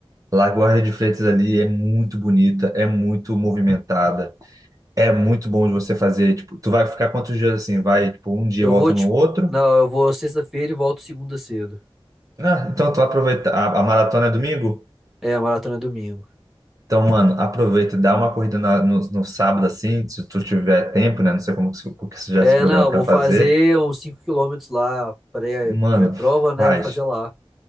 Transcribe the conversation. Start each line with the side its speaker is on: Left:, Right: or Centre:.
Right: Lagoa de Freitas ali é muito bonita, é muito movimentada, é muito bom de você fazer, tipo, tu vai ficar quantos dias assim? Vai, tipo, um dia
Centre: eu
Right: e volta
Centre: vou, tipo,
Right: no outro?
Centre: não, eu vou sexta-feira e volto segunda cedo.
Right: Ah, então tu vai aproveitar, a, a maratona é domingo?
Centre: É, a maratona é domingo.
Right: Então, mano, aproveita, dá uma corrida na- no, no sábado assim, se tu tiver tempo, né? Não sei como que, se- o que você já
Centre: É,
Right: se programa
Centre: não,
Right: pra
Centre: vou
Right: fazer.
Centre: fazer uns 5 quilômetros lá, pré,
Right: Mano,
Centre: pré-prova, né?
Right: faz,
Centre: Vou fazer lá.